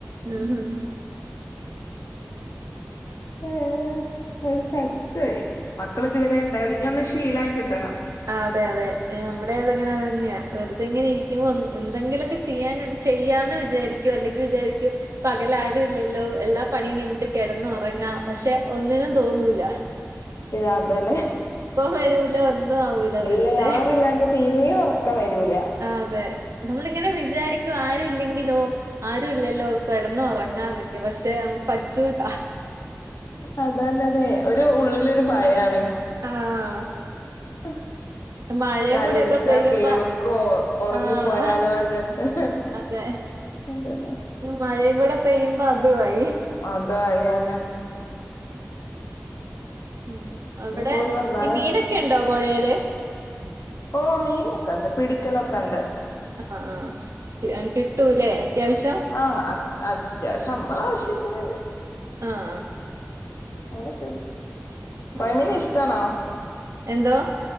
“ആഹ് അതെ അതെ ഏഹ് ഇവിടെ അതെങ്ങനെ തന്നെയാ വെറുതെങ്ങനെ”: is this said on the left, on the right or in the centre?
Right